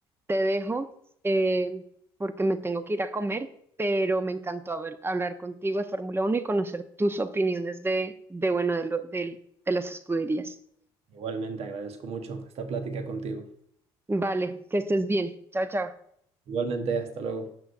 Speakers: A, on the right; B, on the right.
A: te dejo eh, porque me tengo que ir a comer, pero me encantó haber- hablar contigo de Fórmula uno y conocer tus opiniones de, de bueno, de, lo, del- de las escuderías.
B: Igualmente, agradezco mucho esta plática contigo.
A: Vale, que estés bien. Chao, chao.
B: Igualmente, hasta luego.